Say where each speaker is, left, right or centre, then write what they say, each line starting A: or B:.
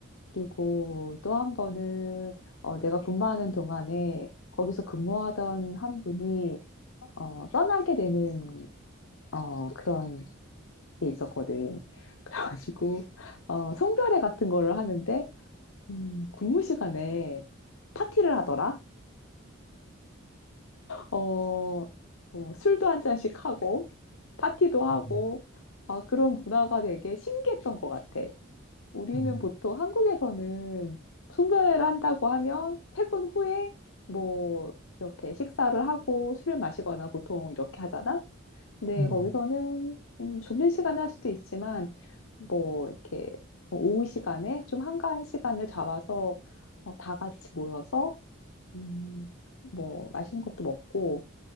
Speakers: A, on the left (about 75°); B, on the left (about 55°).
A: 그리고 또 한 번은 어, 내가 근무하는 동안에 거기서 근무하던 한 분이 어, 떠나게 되는 어, 그런 게 있었거든. <laughs> 그래가지고 어, 송별회 같은 거를 하는데 음, 근무 시간에 파티를 하더라. 어, 어, 술도 한 잔씩 하고 파티도 하고
B: 음,
A: 아, 그런 문화가 되게 신기했던 것 같아. 우리는
B: 음,
A: 보통 한국에서는 송별회를 한다고 하면 퇴근 후에 뭐 이렇게 식사를 하고 술을 마시거나 보통 이렇게 하잖아. 근데
B: 음,
A: 거기서는 음, 점심시간에 할 수도 있지만 뭐 이렇게 뭐 오후 시간에 좀 한가한 시간을 잡아서 어, 다 같이 모여서 음, 뭐 맛있는 것도 먹고